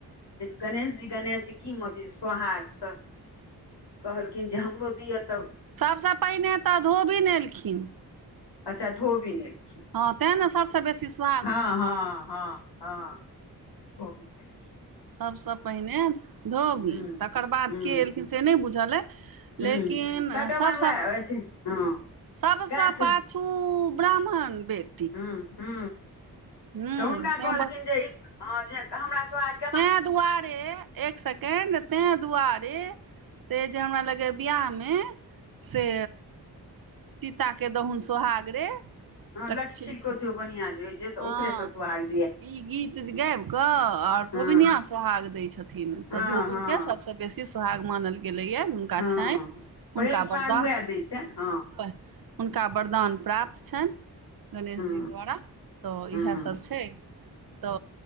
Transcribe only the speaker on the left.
गणेश जी गणेश जी की मथै इ? सोहाग तऽ कहलखिन जे हमरो दिअ तऽ।
अच्छा धोबीन एलखिन।
हँ-हँ-हँ-हँो भीखिन।
हूँ
हूँ
हूँ
तकर
बाद वएह अथी हँ
कैथ
ह ह
तऽ हुनका
कहलखिन
जे ई ह जे हमरा साग
ह
लठछििल क दियो बनिियां जे जे तऽ
ओकरे से सुहाग
हँ
हँ
हँ
हँ
पहिल
सुआग
उएह दै छनि हँ
हूँ
हूँ